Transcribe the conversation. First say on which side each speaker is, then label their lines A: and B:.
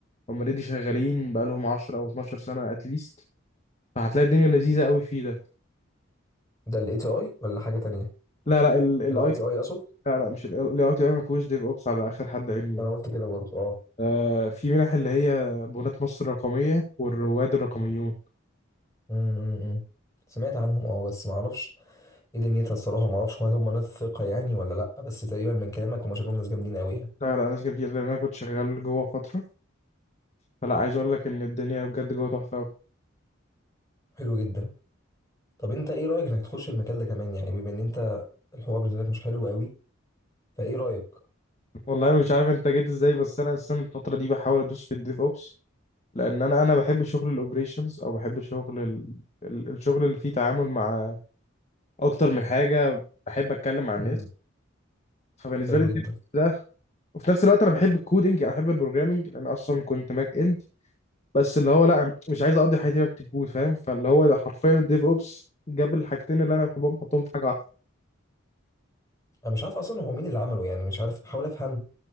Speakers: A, on the left (about 35°); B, on the left (about 15°).
A: هم اوريدي شغالين بقى لهم 10 او 12 سنه اتليست فهتلاقي الدنيا لذيذه قوي فيه ده
B: ده الاي تي اي ولا حاجه تانية
A: لا لا الاي
B: الاي تي اي اقصد
A: لا لا مش الاي تي اي ما فيهوش ديف اوبس على اخر حد علمي
B: انا قلت كده برضو اه
A: آه في منح اللي هي بنات مصر الرقميه والرواد الرقميون
B: امم سمعت عنهم اه بس ما اعرفش ايه دنيتها الصراحه ما اعرفش هل هم ناس ثقه يعني ولا لا بس تقريبا من كلامك هم شكلهم ناس جامدين قوي يعني
A: لا لا ناس جميله لان انا كنت شغال جوه فتره فلا عايز اقول لك ان الدنيا بجد جوه تحفه قوي
B: حلو جدا طب انت ايه رايك انك تخش المجال ده كمان يعني بما ان انت الحوار بالنسبه لك مش حلو قوي فايه رايك
A: والله مش عارف انت جيت ازاي بس انا السنه الفتره دي بحاول ادوس في الديف اوبس لان انا انا بحب شغل الاوبريشنز او بحب شغل ال... ال- الشغل اللي فيه تعامل مع اكتر من حاجه بحب اتكلم مع
B: امم
A: الناس فبالنسبه
B: حلو
A: لي الديف
B: جدا
A: ده وفي نفس الوقت انا بحب الكودينج انا بحب البروجرامينج لان اصلا كنت باك اند بس اللي هو لا أنا مش عايز اقضي حياتي بكتب كود فاهم فاللي هو ده حرفيا الديف اوبس جاب الحاجتين اللي انا بحبهم حطهم في حاجه واحده
B: انا مش عارف اصلا هو مين اللي عمله يعني مش عارف بحاول افهم